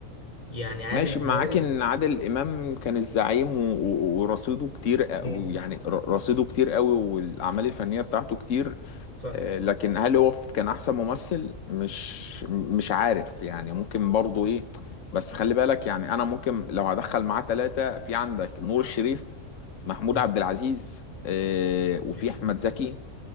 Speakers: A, on the left (about 30°); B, on the left (about 70°).
A: يعني عادل
B: ماشي
A: امام
B: معاك ان عادل امام كان الزعيم و- و- ورصيده كتير أ-
A: مم.
B: يعني ر- رصيده كتير قوي والاعمال الفنيه بتاعته كتير
A: صح
B: آه، لكن هل هو كان احسن ممثل مش مش عارف يعني ممكن برضه ايه بس خلي بالك يعني انا ممكن لو هدخل معاه ثلاثه في عندك نور الشريف محمود
A: مم.
B: عبد العزيز آه، وفي
A: ليه صح
B: احمد زكي